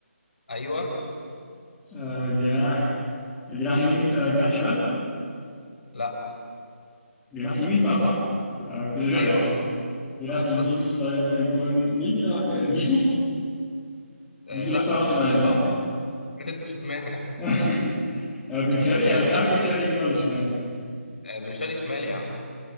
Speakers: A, on the left (about 50°); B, in the centre.
A: ايوه
B: آه جناح جناح يمين آه جناح شمال
A: لا
B: جناح يمين بقى صح آه مفيش غيرها
A: ايوه
B: يعني جناح
A: بالظبط
B: يمين طيب هيكون مين اللي بيلعب في- زيزو
A: آه
B: زيزو
A: لا
B: لسه
A: لا
B: راح الاهلي
A: زول-
B: صح؟
A: لسه شفناها
B: <laughs> آه، بن شرقي
A: <laughs> لا
B: انا مش
A: لسه
B: عارف بن شرقي يمين ولا شمال
A: آه بن شرقي شمال يا عم